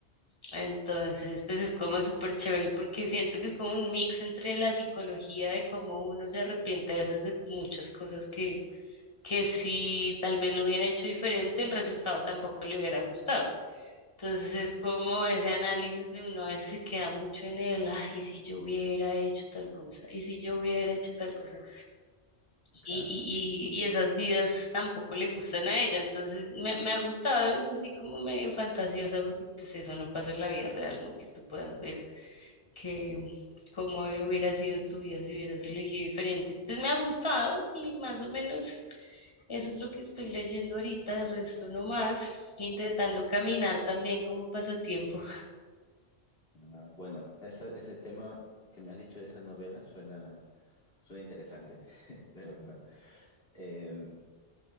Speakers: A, on the left; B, on the left.
A: Entonces, pues es como súper chévere porque siento que es como un mix entre la psicología de cómo uno se arrepiente a veces de muchas cosas que, que si tal vez lo hubiera hecho diferente, el resultado tampoco le hubiera gustado. Entonces es como ese análisis de uno a veces se queda mucho en el, ay, ¿y si yo hubiera hecho tal cosa, y si yo hubiera hecho tal cosa,
B: Claro.
A: y, y, y, y esas vidas tampoco le gustan a ella, entonces me, me ha gustado, es así como medio fantasiosa, porque pues eso no pasa en la vida real, ¿no? Que tú puedas ver que cómo hubiera sido tu vida si hubieras elegido diferente, entonces me ha gustado y más o menos... Eso es lo que estoy leyendo ahorita, el resto no más, intentando caminar también como pasatiempo.
B: Ah, bueno, esa- ese tema que me has dicho de esa novela suena, suena interesante, <laughs> de verdad. Eh,